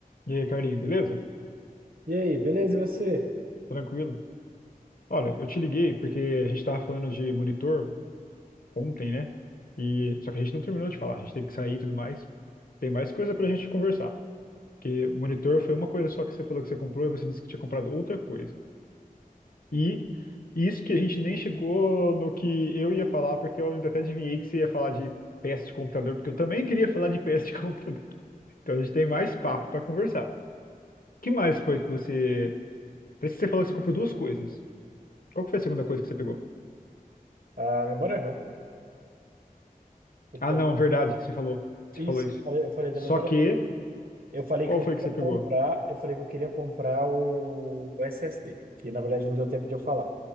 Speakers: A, on the left; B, on the right.
A: E aí, Carlinhos, beleza?
B: E aí, beleza, e você?
A: Tranquilo? Olha, eu te liguei porque a gente estava falando de monitor ontem, né? E só que a gente não terminou de falar, a gente teve que sair e tudo mais. Tem mais coisa pra gente conversar. Porque monitor foi uma coisa só que você falou que você comprou e você disse que tinha comprado outra coisa. E isso que a gente nem chegou no que eu ia falar, porque eu ainda até adivinhei que você ia falar de peça de computador, porque eu também queria falar de peça de <laughs> computador. Então a gente tem mais papo pra conversar. O que mais foi que você. Parece que você falou que você comprou duas coisas. Qual que foi a segunda coisa que você pegou?
B: A memória RAM. O
A: Ah,
B: primeiro...
A: não, verdade, você falou. Você
B: Isso,
A: falou isso.
B: eu falei, eu falei da
A: Só
B: memória
A: que,
B: RAM. Eu falei
A: qual
B: que eu
A: foi
B: queria
A: que você pegou?
B: comprar, eu falei que eu queria comprar o SSD, que na verdade não deu tempo de eu falar.